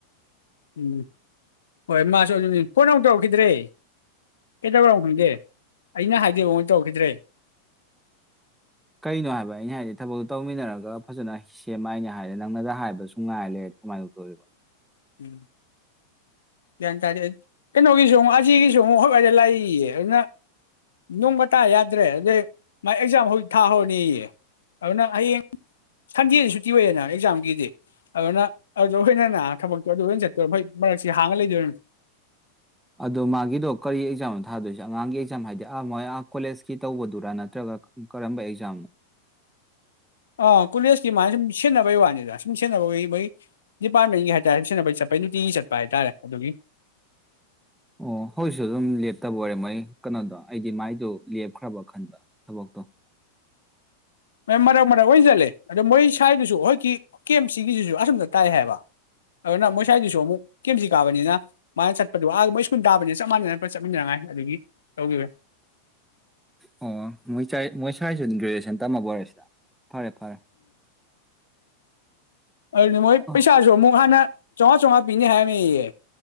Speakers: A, on the left; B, in the centre.
A: ꯎꯝ ꯍꯣꯏ ꯃꯥꯁꯨ ꯑꯗꯨ ꯐꯣꯟ ꯑꯃꯣꯛ ꯇꯧꯔꯛꯈꯤꯗ꯭ꯔꯦ ꯀꯩꯗꯧꯔꯝꯅꯣ ꯈꯪꯗꯦ ꯑꯩꯅ ꯍꯥꯏꯗꯤꯕꯥꯎ ꯃ ꯇꯧꯈꯤꯗ꯭ꯔꯦ
B: ꯀꯩꯅꯣ ꯍꯥꯏꯕ ꯑꯩꯅ ꯍꯥꯏꯗꯤ ꯊꯕꯛꯇꯣ ꯇꯧꯃꯤꯟꯅꯔꯒ ꯐꯖꯅ ꯁꯦꯝꯃ ꯍꯥꯏꯅꯦ ꯍꯥꯏꯔꯦ ꯅꯪꯅꯗ ꯍꯥꯏꯕꯁꯨ ꯉꯥꯏ ꯂꯩꯔꯗꯤ ꯀꯃꯥꯏꯅ ꯇꯧꯗꯧꯔꯤꯕ
A: ꯎꯝ ꯒ꯭ꯌꯥꯟ ꯇꯥꯔꯦ ꯀꯩꯅꯣꯒꯤꯁꯨ ꯑꯃꯨꯛ ꯑꯁꯤꯒꯤꯒꯤꯁꯨ ꯑꯃꯨꯛ ꯍꯣꯏꯋꯥꯏꯗ ꯂꯥꯛꯏꯌꯦ ꯑꯗꯨꯅ ꯅꯣꯡꯒ ꯇꯥ ꯌꯥꯗ꯭ꯔꯦ ꯑꯗꯨꯗꯩ ꯃꯥꯥꯏ ꯑꯦꯛꯖꯥꯝ ꯍꯧꯖꯤꯛ ꯊꯥꯍꯧꯔꯅꯦꯌꯦ ꯑꯗꯨꯅ ꯍꯌꯦꯡ ꯁꯟꯗꯦꯗꯤ ꯁꯨꯇꯤ ꯑꯣꯏꯌꯦꯅ ꯑꯦꯛꯖꯥꯝꯒꯤꯗꯤ ꯑꯗꯨꯅ ꯑꯗꯨꯗ ꯑꯩꯈꯣꯏꯅ ꯊꯕꯛꯇꯣ ꯑꯗꯨꯣꯏ ꯆꯠꯇꯣꯏꯣꯏ ꯃꯔꯛꯁꯤ ꯍꯥꯡꯉ ꯂꯩꯗꯣꯏꯅꯤ
B: ꯑꯗꯣ ꯃꯥꯒꯤꯗꯣ ꯀꯔꯤ ꯑꯦꯛꯖꯥꯝꯅꯣ ꯊꯥꯗꯣꯏꯁꯦ ꯑꯉꯥꯡꯒꯤ ꯑꯦꯛꯖꯥꯝ ꯍꯥꯏꯗꯤ ꯑꯥ ꯃꯣꯏ ꯑꯥ ꯀꯣꯂꯦꯖꯀꯤ ꯇꯧꯕꯗꯨꯔꯥ ꯅꯠꯇ꯭ꯔꯒ ꯀꯔꯝꯕ ꯑꯦꯛꯖꯥꯝꯅꯣ
A: ꯑꯥ ꯀꯣꯂꯦꯖꯀꯤ ꯃꯥꯅ ꯁꯨꯝ ꯁꯦꯟꯅꯕꯩ ꯋꯥꯅꯤꯗ ꯁꯨꯝ ꯁꯦꯟꯅꯩ ꯃꯣꯏ ꯗꯤꯄꯥꯔꯠꯃꯦꯟꯒꯤ ꯍꯥꯏꯇꯥꯔꯦ ꯁꯨꯝ ꯁꯦꯟꯅꯕꯩ ꯆꯠꯄꯩ ꯅꯨꯡꯇꯤꯒꯤ ꯆꯠꯄ ꯍꯥꯏ ꯇꯥꯔꯦ ꯑꯗꯨꯒꯤ
B: ꯑꯣ ꯍꯧꯁꯨ ꯑꯗꯨꯝ ꯂꯦꯞꯇꯕ ꯑꯣꯏꯔꯦ ꯃꯣꯏ ꯀꯩꯅꯣꯗꯣ ꯑꯩꯗꯤ ꯃꯥꯏꯗꯣ ꯂꯦꯞꯈ꯭ꯔꯕ ꯈꯟꯕ ꯊꯕꯛꯇꯣ
A: ꯃꯦꯝ ꯃꯔꯛ ꯃꯔꯛ ꯑꯣꯏꯅ ꯆꯠꯂꯦ ꯑꯗꯣ ꯃꯣꯏ ꯁ꯭ꯋꯥꯏꯒꯤꯁꯨ ꯍꫭꯏꯀꯤ ꯀꯦꯝꯞ ꯁꯤꯒꯤꯁꯤꯁꯨ ꯑꯁꯨꯝꯝꯗ ꯇꯥꯏ ꯍꯥꯏꯕ ꯑꯗꯨꯅ ꯃꯣꯏ ꯁ꯭ꯋꯥꯏꯗꯨꯁꯨ ꯑꯃꯨꯛ ꯀꯦꯝꯁꯤ ꯀꯥꯕꯅꯤꯅ ꯃꯥꯅ ꯆꯠꯄꯗꯨ ꯑ ꯃꯣꯏ ꯏꯁ꯭ꯀꯨꯜ ꯇꯥꯕꯅꯤꯅ ꯆꯞ ꯃꯥꯟꯅꯅ ꯆꯠꯃꯤꯟꯅꯉꯥꯏ ꯑꯗꯨꯒꯤ ꯇꯧꯈꯤꯕꯅꯦ꯫
B: ꯑꯣ ꯃꯣꯏ ꯃꯣꯏ ꯁꯥꯏꯁꯨ ꯒ꯭ꯔꯦꯖꯨꯋꯦꯁꯟ ꯇꯝꯃꯕꫭꯏꯔꯦ ꯁꯤꯗ ꯐꯔꯦ ꯐꯔꯦ
A: ꯑꯗꯨꯗꯤ ꯃꯣꯏ
B: ꯑꯣ
A: ꯄꯩꯁꯥꯁꯨ ꯑꯃꯨꯛ ꯍꯥꯟꯅ ꯆꯧꯉꯥ ꯆꯧꯉꯥ ꯄꯤꯅꯤ ꯍꯥꯏꯔꯝꯃꯤꯌꯦ